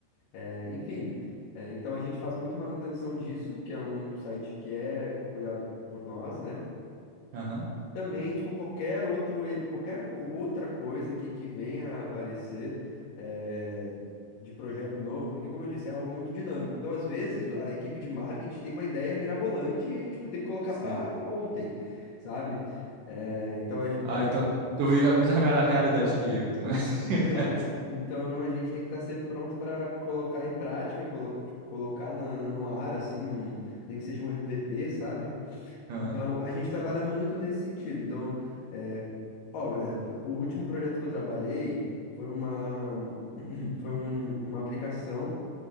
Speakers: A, on the left (about 90°); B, on the right (about 75°).
A: é, enfim. É, então a gente faz muito manutenção disso, que é um site que é cuidado por nós, né?
B: Aham.
A: E também, tipo, qualquer outro, e- qualquer co- outra coisa que, que venha a aparecer eh, de projeto novo, porque, como eu disse, é algo muito dinâmico. Então, às vezes, a equipe de marketing tem uma ideia mirabolante e, tipo, tem que colocar
B: Sim.
A: para ontem, sabe? Eh, então, a, gen- então,
B: Ah,
A: a
B: então
A: gente,
B: tu vive a mesma rea- realidade que eu, então. <laughs>
A: <laughs> então, a gente tem que estar sempre pronto para colocar em prática, colo, tipo, colocar na- no ar, assim, num- nem que seja um MVP, sabe?
B: Aham,
A: Então, a gente trabalha muito nesse sentido. Então, é, óbvio, né? p- O último projeto que eu trabalhei foi uma, <clears throat> foi um- uma aplicação